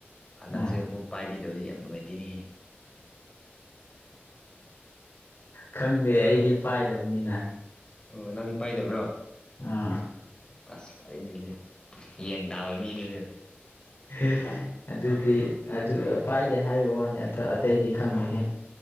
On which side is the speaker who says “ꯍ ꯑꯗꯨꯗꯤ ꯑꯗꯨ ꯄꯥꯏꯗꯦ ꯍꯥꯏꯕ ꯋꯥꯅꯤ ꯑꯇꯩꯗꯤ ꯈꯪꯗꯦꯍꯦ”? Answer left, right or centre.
Left